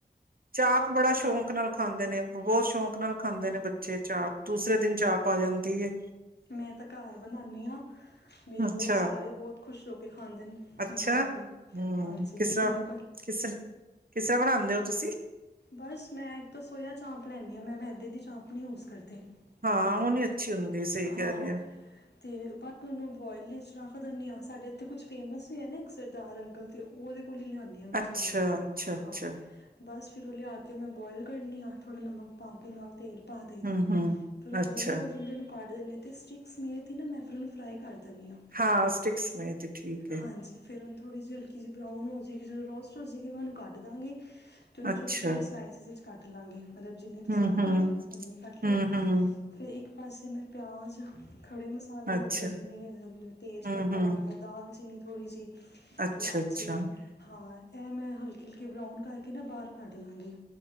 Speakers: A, on the right; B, on the left.
A: ਚਾਪ ਬੜਾ
B: ਅੱਛਾ
A: ਸ਼ੌਕ ਨਾਲ ਖਾਂਦੇ ਨੇ, ਬਹੁਤ ਸ਼ੌਂਕ ਨਾਲ ਖਾਂਦੇ ਨੇ, ਬੱਚੇ ਚਾਪ। ਦੂਸਰੇ ਦਿਨ ਚਾਪ ਪਾ ਜਾਂਦੀ ਏ।
B: ਮੈਂ, ਤਾਂ, ਘਰ ਬਣਾਨੀ ਆ। ਮੇਰੀ
A: ਅੱਛਾ
B: ਬਹੁਤ ਸਾਰੇ, ਬਹੁਤ ਖੁਸ਼ ਹੋ ਕੇ ਖਾਂਦੇ ਨੇ
A: ਅੱਛਾ,
B: ਮੇਰੇ ਹੱਥ ਦੀ
A: ਹਮਮ।
B: ਹਾਂਜੀ
A: ਕਿਸ ਤਰ੍ਹਾਂ?
B: ਕਿੰਨੇ ਬ
A: ਕਿਸ ਤਰ੍ਹਾਂ? ਕਿਸ ਤਰ੍ਹਾਂ ਬਣਾਉਂਦੇ ਹੋ ਤੁਸੀਂ?
B: ਬਸ, ਮੈਂ, ਤਾਂ ਸੋਇਆ ਚਾਂਪ ਲੈਦੀ ਹਾਂ, ਮੈਂ ਮੈਦੇ ਦੀ ਚਾਂਪ ਨੀ ਯੂਜ ਕਰਦੀ। ਤੇ,
A: ਹਾਂ ਉਹ ਨੀ ਅੱਛੀ ਹੁੰਦੀ ਸਹੀ ਕਹਿ
B: ਹਾਂ,
A: ਰਹੇ ਹੋ
B: ਤੇ ਬਸ ਉਹਨੂੰ ਬੋਇਲ ਚ ਰੱਖ ਦਿਨੀ ਆ। ਸਾਡੇ ਇੱਥੇ ਕੁੱਛ ਫੇਮਸ ਵੀ ਹੈ ਨਾ, ਇੱਕ ਸਰਦਾਰ ਅੰਕਲ ਤੇ ਉਹਦੇ ਕੋਲੋ ਈ ਲਿਆਉਣੀ ਹਾ ਮੈਂ
A: ਅੱਛਾ
B: ਚਾਂਪ।
A: ਅੱਛਾ ਅੱਛਾ
B: ਹਾਂ, ਬਸ। ਫਿਰ ਉਹ ਲਿਆ ਕੇ, ਮੈਂ ਬੋਇਲ ਕਰਨੀ ਹਾਂ। ਥੋੜ੍ਹਾ ਨਮਕ ਪਾ ਕੇ ਨਾਲ ਤੇਲ ਪਾ ਦਈਦਾ।
A: ਹਮ ਹਮ
B: ਫਿਰ ਉਹ
A: ਅੱਛਾ
B: ਬੌਇਲ ਹੋ ਜਾਂਦੇ ਨੇ। ਕੱਢ ਦਿੰਦੀ ਹਾਂ ਤੇ, ਸਟਿਕ ਮੇ ਤੇ, ਨਾ, ਮੈਂ ਫਿਰ ਉਹਨ ਫਰਾਈ ਕਰ ਤਲੀਆ।
A: ਹਾਂ ਸਟਿਕਸ ਨੇ ਤੇ ਠੀਕ ਹੈ
B: ਹਾਂਜੀ, ਫਿਰ ਉਹਨੂੰ ਥੋੜੀ ਜੇ ਕਿ, ਜੇ ਬਰਾਊਨ ਹੋ ਜੇਗੀ, ਜਦੋਂ ਰੋਸਟ ਹੋ ਜੇਗੀ, ਉਹਨੂੰ ਕੱਢ ਦਾਂਗੇ। ਤੇ ਉਹਨੂੰ
A: ਅੱਛਾ
B: ਛੋਟੇ-ਛੋਟੇ ਸਲਾਸਿਸ ਵਿੱਚ ਕੱਟ ਲਾਂਗੇ। ਮਤਲਬ, ਜਿੰਨੀ ਤੁਸੀਂ
A: ਹਮ
B: ਲੈਣੀ
A: ਹਮ
B: ਹੈ, ਉਨੀ ਕੱਟ
A: ਹਮ
B: ਲਓ।
A: ਹਮ
B: ਫਿਰ ਇੱਕ ਪਾਸੇ ਮੈਂ ਪਿਆਜ਼ ਖੜ੍ਹੇ ਮਸਾਲੇ
A: ਅੱਛਾ
B: ਹੋ ਗਏ ਜਿਵੇਂ, ਤੇਜ਼
A: ਹਮ
B: ਪੱਤਾ
A: ਹਮ
B: ਹੋ ਗਿਆ, ਦਾਲਚੀਨੀ ਥੋੜੀ ਸੀ
A: ਅੱਛਾ
B: ਲਾਚੀ
A: ਅੱਛਾ
B: ਹਾਰ ਇਹ ਮੈਂ ਹਲਕੀ-ਹਲਕੀ ਬਰਾਊਨ ਕਰਕੇ ਨਾ ਬਾਹਰ ਕੱਢ ਲਾਂਗੀ।